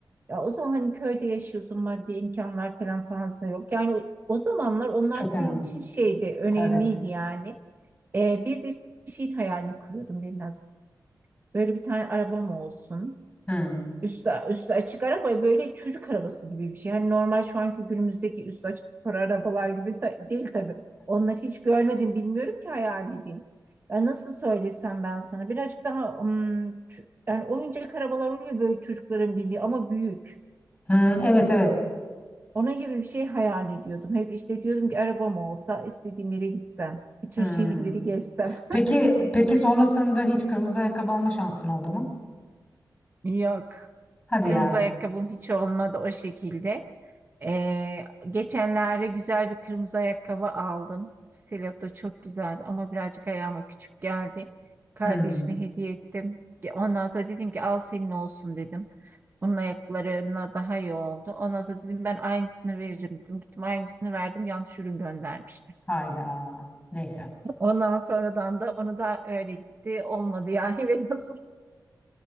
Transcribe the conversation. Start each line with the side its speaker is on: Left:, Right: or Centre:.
Right: Ya o zaman hani köyde yaşıyorsun maddi imkanlar falan fazla yok. Yani o, o zamanlar onlar
Left: Çok
Right: senin
Left: önemli.
Right: için şeydi önemliydi
Left: Tabii.
Right: yani. Ee, bir de şeyin hayalini kuruyordum biraz. Böyle bir tane arabam olsun.
Left: Hmm.
Right: Üstü, üstü açık araba böyle çocuk arabası gibi bir şey. Yani normal şu anki günümüzdeki üstü açık spor arabalar gibi ta- değil tabii. Onları hiç görmedim bilmiyorum ki hayal edeyim. Ya nasıl söylesem ben sana birazcık daha hmm, ç- yani oyuncak arabalar oluyor böyle çocukların bindiği ama büyük.
Left: Hmm. Evet evet.
Right: Onun gibi bir şey hayal ediyordum. Hep işte diyordum ki arabam olsa istediğim yere gitsem, bütün
Left: Hmm.
Right: şehirleri gezsem.
Left: Peki peki sonrasında hiç kırmızı ayakkabı alma şansın oldu mu?
Right: <laughs> Yok.
Left: Hadi
Right: Kırmızı
Left: ya.
Right: ayakkabım hiç olmadı o şekilde. Ee, geçenlerde güzel bir kırmızı ayakkabı aldım. Stiletto çok güzeldi ama birazcık ayağıma küçük geldi. Kardeşime
Left: Hmm.
Right: hediye ettim. Ya Ondan sonra dedim ki al senin olsun dedim. Onun ayaklarına daha iyi oldu. Ondan sonra dedim ben aynısını veririm dedim. Gittim aynısını verdim. Yanlış ürün göndermiş.
Left: Hayda. Neyse.
Right: Ondan sonradan da onu da öyle gitti. Olmadı yani <laughs> ve nasıl?